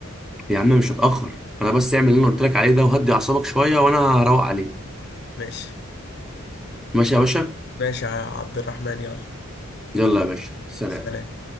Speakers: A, in the centre; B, on the left.
A: يا عم مش هتأخر انا بس اعمل اللي انا قلت لك عليه ده وهدي اعصابك شوية وانا هروق عليك
B: ماشي
A: ماشي يا باشا
B: ماشي يا عبد الرحمن يلا
A: يلا يا باشا سلام
B: سلام